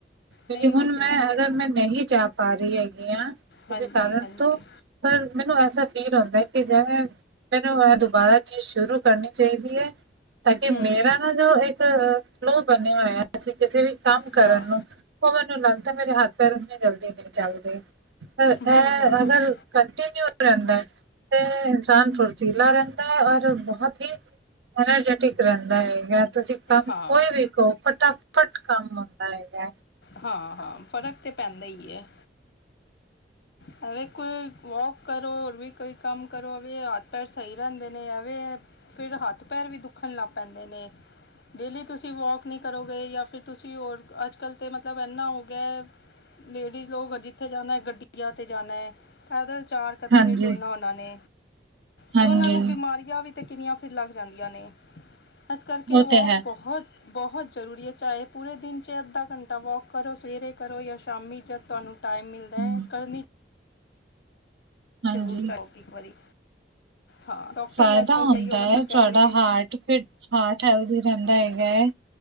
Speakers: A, on the right; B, on the left.
A: ਕਿਉਂਕਿ
B: ਨਹੀਂ
A: ਹੁਣ
B: ਉਹ
A: ਮੈਂ
B: ਤਾਂ ਹੈ
A: ਅਗਰ ਮੈਂ ਨਹੀਂ ਜਾ ਪਾ ਰਹੀ ਹੈਗੀ ਹਾਂ, ਕਿਸੇ
B: ਹਾਂਜੀ
A: ਕਾਰਨ
B: ਹਾਂਜੀ
A: ਤੋਂ ਪਰ, ਮੈਨੂੰ ਐਸਾ ਫੀਲ ਹੁੰਦਾ, ਕਿ ਜਿਵੇੈਂ ਮੈਨੂੰ ਇਹ ਦੁਬਾਰਾ, ਚੀਜ਼ ਸ਼ੁਰੂ ਕਰਨੀ ਚਾਹੀਦੀ ਹੈ। ਤਾਂ ਕਿ
B: ਹੂੰ
A: ਮੇਰਾ ਨਾ ਜੋ ਇੱਕ ਫਲੋ ਬਣਿਆ ਹੋਇਆ ਸੀ, ਕਿਸੇ ਵੀ ਕੰਮ ਕਰਨ
B: ਹਾਂ
A: ਨੂੰ ਉਹ ਮੈਨੂੰ ਲੱਗਦਾ ਮੇਰੇ ਹੱਥ ਪੈਰ ਇਨੇ ਜਲਦੀ ਨਹੀਂ ਚੱਲਦੇ, ਪਰ
B: ਹੂੰ
A: ਇਹ
B: ਹੂੰ
A: ਅਗਰ
B: ਹੂੰ
A: ਕੰਟੀਨਿਊ ਰਹਿੰਦਾ ਹੈ, ਤੇ ਇਨਸਾਨ ਫੁਰਤੀਲਾ ਰਹਿੰਦਾ ਹੈ, ਔਰ ਬਹੁਤ ਹੀ ਐਨਰਜੈਟਿਕ ਰਹਿੰਦਾ ਹੈਗਾ ਤੁਸੀਂ ਕੰਮ
B: ਹਾਂ
A: ਕੋਈ ਵੀ ਕਹੋ, ਫਟਾਫਟ ਕੰਮ ਹੁੰਦਾ ਹੈਗਾ।
B: ਹਾਂ ਹਾਂ, ਫ਼ਰਕ ਤੇ ਪੈਂਦਾ ਹੀ ਹੈ। ਭਾਵੇਂ ਕੋਈ ਵਾਕ ਕਰੋ, ਹੋਰ ਵੀ ਕੋਈ ਕੰਮ ਕਰੋ, ਹੱਥ ਪੈਰ ਸਹੀ ਰਹਿੰਦੇ ਨੇ। ਐ, ਫਿਰ ਹੱਥ ਪੈਰ ਵੀ ਦੁੱਖਣ ਲੱਗ ਪੈਂਦੇ ਨੇ। ਡੇਲੀ ਤੁਸੀਂ ਵੋਕ ਨਹੀਂ ਕਰੋਗੇ ਜਾਂ ਫਿਰ ਤੁਸੀਂ ਹੋਰ ਅੱਜ ਕੱਲ੍ਹ ਤਾਂ ਮਤਲਬ ਇੰਨਾ ਹੋ ਗਿਆ, ਲੇਡੀਜ਼ ਲੋਕ, ਜਿੱਥੇ ਜਾਣਾ ਹੈ ਗੱਡੀ ਗੱਡਿਆਂ ਤੇ ਜਾਣਾ ਹੈ, ਪੈਦਲ ਚਾਰ ਕਦਮ
A: ਹਾਂਜੀ,
B: ਨੀ ਟੁਰਨਾ ਉਹਨਾਂ ਨੇ,
A: ਹਾਂਜੀ
B: ਤੇ ਉਹਨਾਂ ਨੂੰ ਬਿਮਾਰੀ ਵੀ ਤੇ ਕਿੰਨੀਆਂ ਫਿਰ ਲੱਗ ਜਾਂਦੀਆਂ ਨੇ, ਇਸ ਕਰਕੇ
A: ਉਹ ਤੇ
B: ਵੋਕ
A: ਹੈ।
B: ਬਹੁਤ ਬਹੁਤ ਜ਼ਰੂਰੀ ਹੈ, ਚਾਹੇ ਪੂਰੇ ਦਿਨ 'ਚ ਅੱਧਾ ਘੰਟਾ ਵਾਕ ਕਰੋ, ਸਵੇਰੇ ਕਰੋ ਜਾਂ ਸ਼ਾਮੀ, ਜਦ ਤੁਹਾਨੂੰ ਟਾਈਮ ਮਿਲਦਾ
A: ਹਮ,
B: ਹੈ ਕਰਨੀ
A: ਹਾਂਜੀ,
B: ਜ਼ਰੂਰ ਚੋ ਕਿ ਇੱਕ ਵਾਰੀ ਹਾਂ ਡਾਕਟਰ
A: ਫਾਇਦਾ
B: ਹੀ ਅੱਜ ਕੱਲ੍ਹ
A: ਹੁੰਦਾ
B: ਤਾਂ ਇਹੀਓ ਮਤਲਬ
A: ਹੈ, ਤੁਹਾਡਾ
B: ਕਹਿੰਦੇ ਨੇ
A: ਹਾਰਟ ਫਿੱਟ, ਹਾਰਟ ਹੈਲਦੀ ਰਹਿੰਦਾ ਹੈਗਾ ਹੈ।